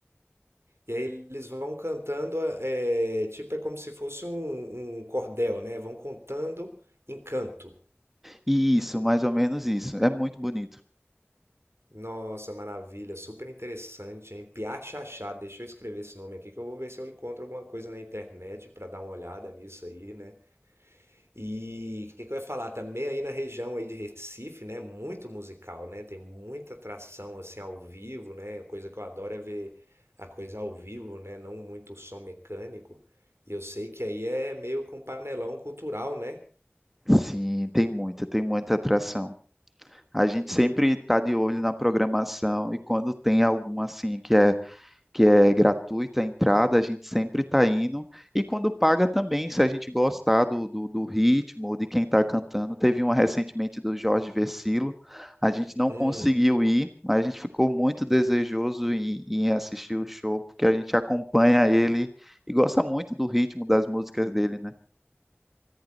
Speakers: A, on the right; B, in the centre.
A: E aí eles vão cantando, é, tipo, é como se fosse um, um cordel, né? Vão contando em canto.
B: E isso, mais ou menos isso. É muito bonito.
A: Nossa, maravilha, super interessante, hein? Piá Xaxá, deixa eu escrever esse nome aqui que eu vou ver se eu encontro alguma coisa na internet para dar uma olhada nisso aí, né? E o que, que eu ia falar também aí na região aí de Recife, né? Muito musical, né? Tem muita atração assim ao vivo, né? A coisa que eu adoro é ver a coisa ao vivo, né? Não muito som mecânico. E eu sei que aí é meio que um panelão cultural, né?
B: Sim, tem muita, tem muita atração. A gente sempre está de olho na programação e quando tem alguma assim que é que é gratuita a entrada, a gente sempre está indo. E quando paga também, se a gente gostar do, do, do ritmo, ou de quem está cantando. Teve uma recentemente do Jorge Versilo, a gente não
A: Hum,
B: conseguiu ir, mas a gente ficou muito desejoso em, em assistir o show, porque a gente acompanha ele e gosta muito do ritmo das músicas dele, né?